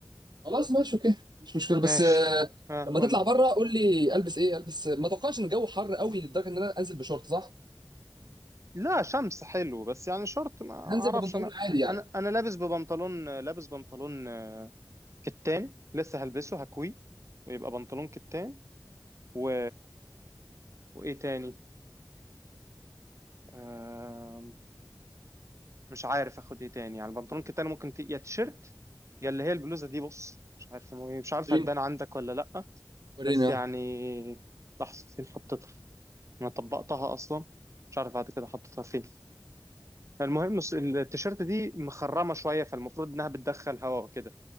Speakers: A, on the right (about 70°); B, on the right (about 40°).
A: خلاص ماشي اوكي مش مشكله بس
B: ماشي ها
A: لما
B: قول
A: تطلع بره قول لي البس ايه البس ما اتوقعش ان الجو حر قوي لدرجه ان انا انزل بشورت صح
B: لا شمس حلو بس يعني شورت ما اعرفش
A: هنزل ببنطلون
B: انا
A: عادي يعني
B: انا انا لابس ببنطلون لابس بنطلون آه، كتان لسه هلبسه هكوي ويبقى بنطلون كتان و وايه تاني آم، مش عارف اخد ايه تاني يعني البنطلون كتان ممكن ت... يا تيشيرت يا اللي هي البلوزه دي بص مش عارف مو- إيه، مش عارف
A: وريني
B: هتبان عندك ولا لا
A: وريني
B: بس يعني
A: اه
B: لحظه فين حطيتها انا طبقتها اصلا مش عارف بعد كده حطيتها فين فالمهم الص- التيشيرت دي مخرمه شويه فالمفروض انها بتدخل هواء وكده